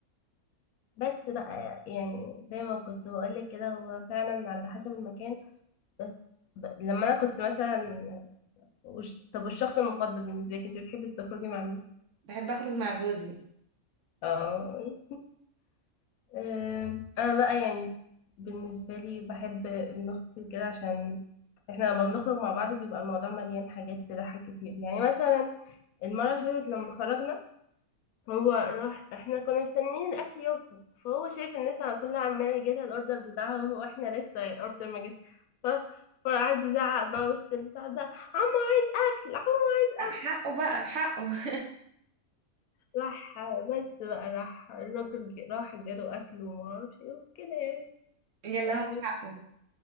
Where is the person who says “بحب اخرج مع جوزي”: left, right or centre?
Right